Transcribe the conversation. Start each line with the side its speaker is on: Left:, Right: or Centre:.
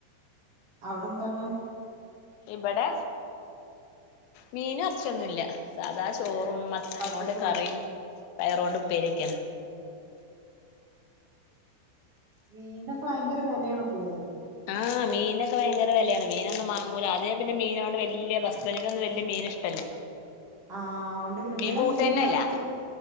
Right: അവിടെ എന്താണ്..
Left: ഇവിടെ മീനും എറച്ചിഒന്നുംല്ല.. സാധാ ചോറും
Right: ആഹ്
Left: മത്തന
Right: പച്ചക്കറിയാണോ
Left: കൊണ്ട് കറിയും പയറൊണ്ട് ഉപ്പേരിയൊക്കെണ്.
Right: മീനൊക്കെ ഭയങ്കര വിലയാണ്പ്പളേ.
Left: ആഹ് മീനൊക്കെ ഭയങ്കര വിലയാണ് മീനൊന്നുംവാങ്ങൂല അതേ പിന്നെ മീനോട് വലിയ ബസ്ബണ്ട്നോന്നും വല്ല്യ മീ ഇഷ്ടല്ല.
Right: ആഹ അതൊണ്ട് പിന്നെ ഇവിടെ
Left: മീൻ കൂട്ടന്നല്ല
Right: മീനും ഇറച്ചിയും